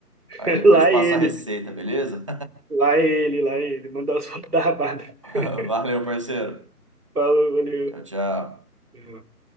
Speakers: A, on the right; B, on the right.
A: <laughs>
B: Aí depois
A: Lá
B: te passo
A: é ele,
B: a receita, beleza?
A: lá é ele, lá é ele. Mandar as fotos da rabada.
B: <laughs>
A: <laughs>
B: Valeu, parceiro.
A: Falou, valeu.
B: Tchau, tchau.
A: É.